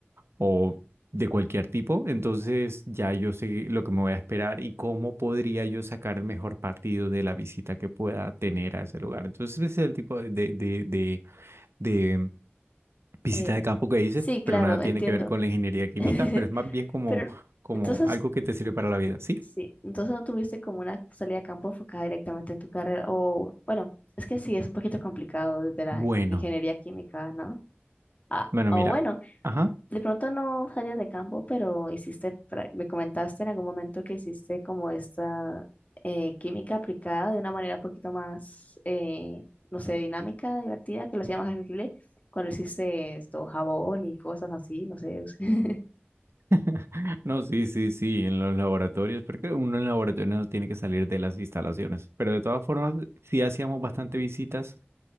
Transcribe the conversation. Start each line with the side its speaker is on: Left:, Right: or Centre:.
Right: o de cualquier tipo, entonces ya yo sé lo que me voy a esperar y cómo podría yo sacar el mejor partido de la visita que pueda tener a ese lugar. Entonces ese es el tipo de, de, de, de- de visita
Left: eh,
Right: de campo que hice,
Left: sí, claro,
Right: pero nada tiene
Left: entiendo.
Right: que ver con la ingeniería química,
Left: <laughs>
Right: pero es más bien como,
Left: Pero
Right: como
Left: entonces
Right: algo que te sirve para la vida, ¿sí?
Left: Sí, entonces no tuviste como una salida a campo enfocada directamente en tu carrera, o bueno, es que sí, es un poquito complicado desde la
Right: Bueno,
Left: ingeniería química, ¿no? Ah,
Right: bueno,
Left: o
Right: mira,
Left: bueno,
Right: ajá.
Left: de pronto no salías de campo, pero hiciste, pra- me comentaste en algún momento que hiciste como esta eh, química aplicada de una manera un poquito más, eh, no sé, dinámica, divertida, que lo hacía más accesible cuando hiciste esto, jabón y cosas así, no sé. <laughs>
Right: <laughs> No, sí, sí, sí, en los laboratorios, porque uno en laboratorio no tiene que salir de las instalaciones, pero de todas formas sí hacíamos bastante visitas